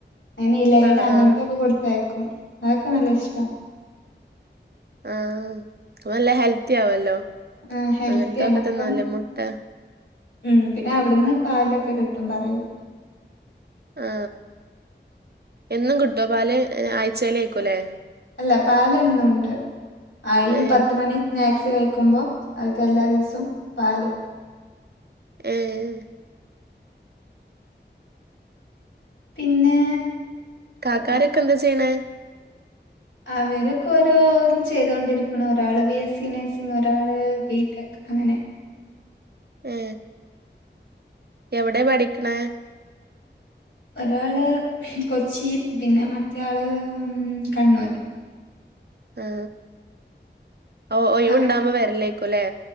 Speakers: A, on the left (about 85°); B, on the right (about 60°).
A: അയ്ന് ഇലയട
B: ആഹ്
A: അങ്ങനത്തെക്കെ
B: ആഹ്
A: കൊടു ത്തയക്കും അതൊക്കെ നല്ല ഇഷ്ട
B: ആ അത് നല്ല ഹെൽത്തി ആവല്ലോ
A: ആ ഹെൽത്തിയാണ്
B: അങ്ങനത്തൊക്കെ
A: അപ്പം
B: തിന്നാല് മുട്ട
A: ഉം പിന്ന അവിടുന്ന് പാലൊക്കെ കിട്ടും പറയും
B: ആ എന്നും കിട്ടോ പാല് ആഴ്ചയിലെക്കുലേ
A: അല്ല പാലെന്നുണ്ട് ആ ഈ
B: ഏഹ്
A: പത്ത്മണി സ്നാക്സ് കഴിക്കുമ്പോ അതിക്ക് എല്ലാ ദിവസോം പാല്
B: ഉം
A: പിന്നെ
B: കാക്കാരൊക്കെ
A: അഹ്
B: എന്താ ചെയ്യണേ?
A: അവരൊക്കെ ഓരോന്നും ചെയ്തോണ്ടിരിക്ണ് ഒരാള് ബി എസ് സി നഴ്സിംഗ് ഒരാള് ബി ടെക് അങ്ങനെ
B: ഏ എവടെ പഠിക്ക്ണേ?
A: ഒരാള് കൊച്ചി പിന്നെ മറ്റയാള് മ്മ് കണ്ണൂർ
B: ഏ ഓ ഒയിവ്
A: അവിടെ
B: ണ്ടാകുമ്പോ വരലേക്കുല്ലേ